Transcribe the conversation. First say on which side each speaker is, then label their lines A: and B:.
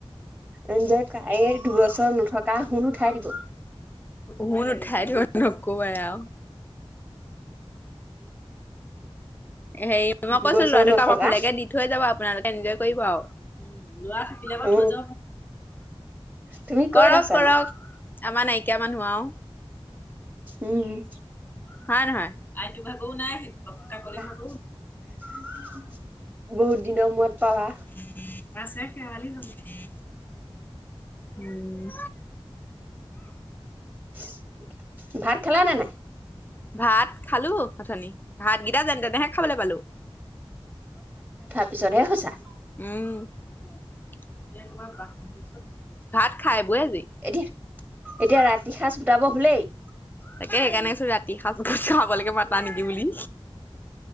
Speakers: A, on the right; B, on the left.
A: এঞজ কাই দুচৰ নথকা শুন উঠাই দিব
B: হন উঠাই দি নকোব হ হেৰি মই
A: দুবছৰ
B: কৈছো ল'ৰাটোক
A: নথকা
B: কামৰ ফালেকে দি থৈ যাব আপোনালোকে এনজয় কৰিব আৰু লৰা থাকিলে ব
A: অ
B: থৈ য
A: তুমি ক'ত
B: কৰক
A: আছানো
B: কৰক আমাৰ নাইকিয়া মানুহ আৰু
A: উম উম।
B: হয় নে নহয়? আইটো বা অ' নাই সি। কাকলি ঘৰত
A: <inaudible> বহুত দিনৰ মূৰত পাবা
B: <inaudible> আছে, শেৱালী <unintelligible> উম।
A: <inaudible> ভাত খালা নে নাই?
B: ভাত খালো অঠনি। ভাত যেনে তেনেহে খাবলৈ পালো।
A: পিছত হে সঁচা।
B: উম এ কৰবাৰ বাঁহ আনিছে। ভাত খাই বৈ আজৰি
A: এতিয়া এতিয়া ৰাতি সাজ গোটাব হলেই?
B: তাকে সেই কাৰণে কৈছোঁ, ৰাতি ৰাতি সাজকে খাবলৈকে মাতা নিকি? কি বুলি?